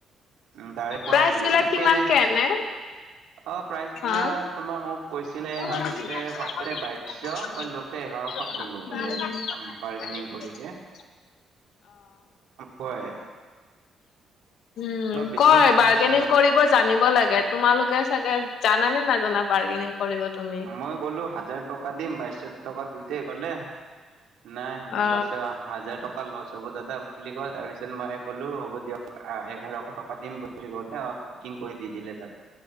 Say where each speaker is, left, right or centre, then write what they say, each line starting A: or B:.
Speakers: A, on the right; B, on the left.
A: উ, তাৰে পৰা
B: প্ৰাইচ
A: ল'লো
B: বিলাক কিমানকে
A: পেনে
B: এনে
A: অ, প্ৰাইজ
B: হা
A: বিলাক তোমাৰ মোক কৈছিলে <unintelligible>
B: অ উম
A: ফাৰস্ততে বাইশ। মই ল' এঘাৰশত ল'লো বাৰু বাৰ্গেনিং কৰিকে। হয়।
B: উম।
A: বেছি
B: কয়, বাৰ্গেনিং
A: নিচিনা
B: কৰিব জানিব লাগে। তোমালোকে চাগে, জানে নাজানা বাৰ্গেনিং কৰিব তুমি?
A: মই ক'লো হাজাৰ টকা দিম। বাইছশ টকা দুইতে ক'লে- নাই
B: অ
A: বাচা। হাজাৰ টকা লছ হ'ব দাদা বুলি ক'ল। তাৰপিছত মই ক'লো হ'ব দিয়ক এঘাৰশ টকা দিম। <unintelligible> আপ পেকিং কৰি দি দিলে তাতে।